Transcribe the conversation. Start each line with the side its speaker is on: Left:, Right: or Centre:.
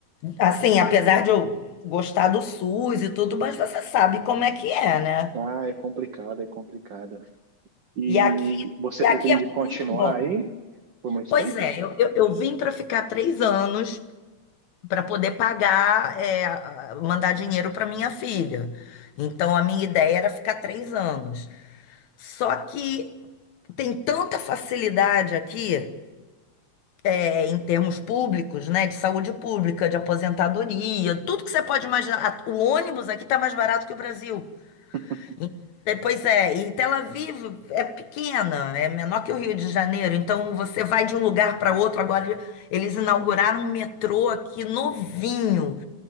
Left: assim, apesar de eu gostar do SUS e tudo, mas você sabe como é que é, né?
Right: Ah, é complicado, é complicada. E
Left: E aqui,
Right: você
Left: e
Right: pretende
Left: aqui é
Right: continuar
Left: muito bom.
Right: aí por muito
Left: Pois
Right: tempo?
Left: é, eu, eu, eu vim para ficar três anos para poder pagar, é, a- mandar dinheiro para minha filha. Então a minha ideia era ficar três anos. Só que tem tanta facilidade aqui. é, em termos públicos, né, de saúde pública, de aposentadoria, tudo que você pode imaginar. A- O ônibus aqui está mais barato que o Brasil.
Right: <laughs>
Left: E- é, Pois é, e Tel Aviv é pequena, é menor que o Rio de Janeiro, então você vai de um lugar para outro. Agora eles inauguraram um metrô aqui novinho.